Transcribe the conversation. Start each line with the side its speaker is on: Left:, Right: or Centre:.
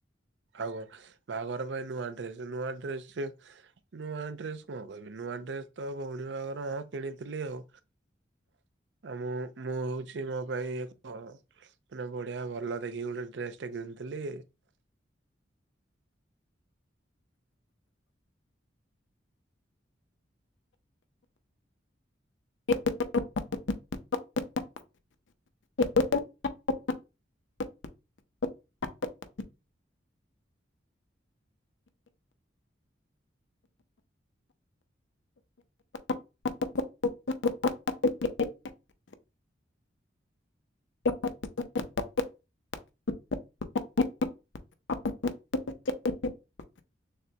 Right: ଆଉ କଣ ବାହାଘର ପାଇଁ ନୂଆ ଡ୍ରେସ ନୂଆ ଡ୍ରେସ ନୂଆ ଡ୍ରେସ କଣ କହିବି ନୂଆ ଡ୍ରେସ ତ ଭଉଣୀ ବାହାଘର ହଁ କିଣିଥିଲି ଆଉ ଆଉ ମୁଁ ମୁଁ ହଉଛି ମୋ ପାଇଁ ଏକ ମାନେ ବଢିଆ ଭଲ ଦେଖି ଗୋଟେ ଡ୍ରେସ ଟା କିଣିଥିଲି
Left: <unintelligible> <unintelligible> <inaudible> <inaudible>